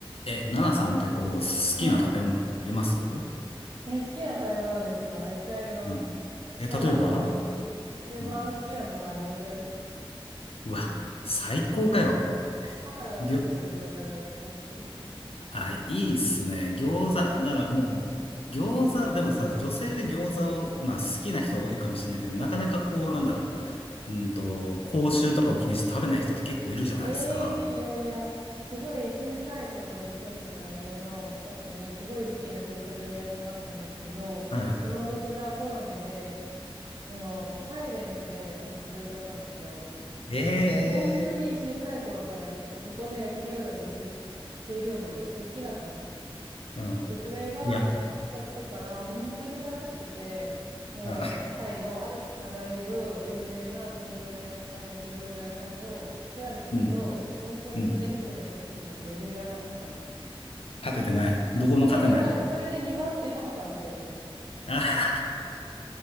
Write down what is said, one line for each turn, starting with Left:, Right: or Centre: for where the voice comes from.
Left: え、ナナさんってこう、好きな食べ物ありますう
Right: はい。えー、好きな食べ物ですかめっちゃあります。
Left: ん。え、
Right: あの、
Left: 例えば
Right: 主に一番好きなのは餃子ですね。
Left: うん。うわ、最高かよ。
Right: 母が作る餃子が一番好きです。
Left: ぎょ、あ、いいっすね。餃子、ならもう、餃子、でもさ、女性で餃子を、まあ好きな人多いかもしれないけど、なかなかこう、なんだろう。うんと、口臭とかを気にして食べない人って結構いるじゃないですか。
Right: ええいやいや、すごい小さい頃に住んでた家の近くにすごい好きな中華料理屋さんがあったんですけど、
Left: はいは
Right: そのお店がコロナで、あの、サイレンスで多分潰れちゃったんですよ。
Left: い。
Right: でも本当に小さい頃から行ってて、
Left: ええ
Right: そこの焼き餃子と水、水餃子がめっちゃ好きだったんです。
Left: ーう
Right: で、それが、
Left: ん。いや、
Right: なくなっちゃったから、本当に悲しくて、もう、
Left: うん、
Right: 都内のありとあらゆる有名な水餃子屋さん、焼き餃子屋さんを調べたけど、
Left: うん。
Right: 本当にそれ以上に美味しいのに巡り合わなかったんですよ。
Left: うん勝ててない。どこも勝てない。
Right: で、まあ、それで2番手が母の餃子だったっていう、
Left: あ、